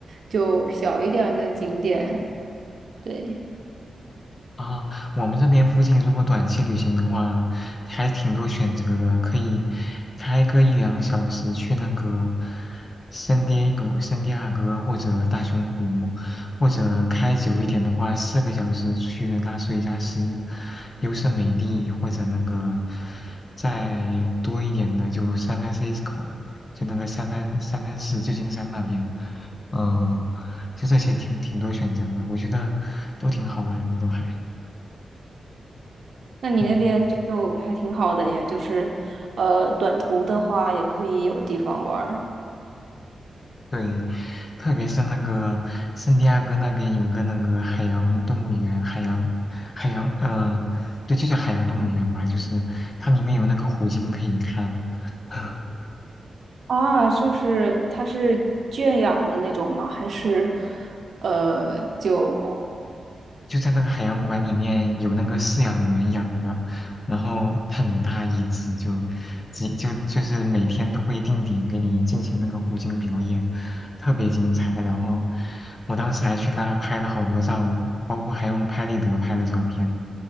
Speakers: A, on the right; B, on the left.
A: 就小一点儿的景点。对，
B: 啊，我们这边附近如果短期旅行的话，还挺多选择的，可以开个一两小时去那个圣迭戈、圣地亚哥或者大熊湖，或者开久一点的话，四个小时去拉斯维加斯、优胜美地，或者那个再多一点的就三 a n f c i s c o 就那个三藩三藩市旧金山那边，嗯、就这些挺挺多选择的，我觉得都挺好玩的，都还。
A: 那你那边就就还挺好的，
B: 嗯，
A: 也就是，呃，短途的话也可以有地方玩儿
B: 对，特别是那个圣地亚哥那边有个那个海洋动物园，海洋海洋，呃，对，就叫海洋动物园吧，就是它里面有那个虎鲸可以看。<laughs>
A: 啊，就是它是圈养的那种吗？还是，呃，就？
B: 就在那个海洋馆里面有那个饲养员养的，然后很大一只就，几就就是每天都会定点给你进行那个虎鲸表演，特别精彩。然后我当时还去那拍了好多照，包括还用拍立得拍的照片，